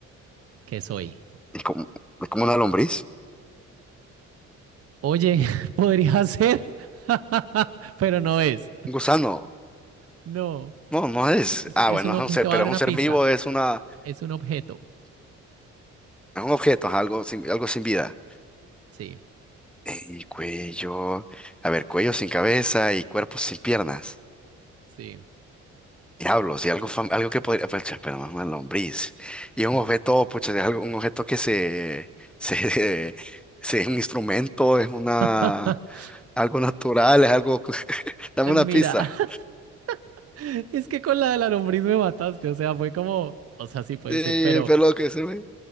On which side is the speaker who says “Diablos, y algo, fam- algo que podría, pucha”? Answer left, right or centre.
Centre